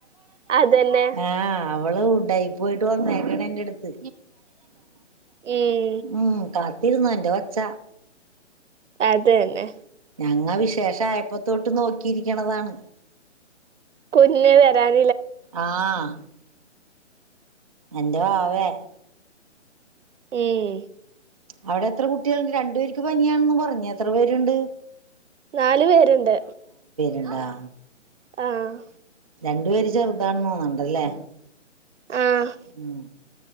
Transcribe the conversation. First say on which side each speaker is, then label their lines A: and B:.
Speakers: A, on the right (about 75°); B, on the right (about 30°).
A: അതന്നെ
B: ആഹ് അവള് ഉഡായിപ്പ് ആയിട്ട് വന്നേക്കണ എന്റെ അടുത്ത്
A: ഉം
B: ഉം കാ തീരുന്നെന്റെ ഒച്ച
A: അതെന്നെ.
B: ഞങ്ങ വിശേഷയപ്പോ തൊ ട്ട് നോക്കിയിരിക്കണതാണ്.
A: കുഞ്ഞെ വരാൻ
B: ആഹ് എന്റെ വാവേ
A: ഉം
B: അവിടെ എത്ര കുട്ടികൾ ഉണ്ട് രണ്ടു പേരിക്ക് പനിയാണെന്ന് പറഞ്ഞ എത്ര പേര് ഉണ്ട്
A: നാല് പേര്ണ്ട്
B: ഇണ്ടാ
A: ആഹ്
B: രണ്ട് പേര് ചെറുതാണ്ന്ന് തോന്നണ്ടല്ലേ
A: ആഹ്
B: ഉം